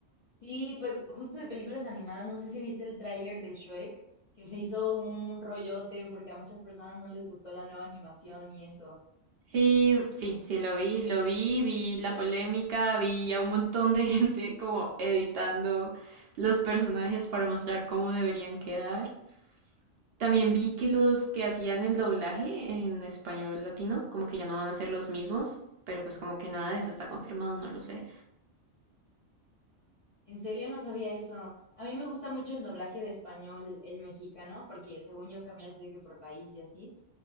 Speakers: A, on the left; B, on the right.
A: Sí, pues justo de películas animadas, no sé si viste el tráiler de Shrek, que se hizo un rollote porque a muchas personas no les gustó la nueva animación y eso.
B: Sí, sí, sí, lo vi, lo vi, vi la polémica, vi a un montón de <laughs> gente como editando los personajes para mostrar cómo deberían quedar. También vi que los que hacían el doblaje en español latino, como que ya no van a ser los mismos, pero pues como que nada de eso está confirmado, no lo sé.
A: En serio, no sabía eso. A mí me gusta mucho el doblaje de español, el mexicano, porque según yo cambia así de que por país y así.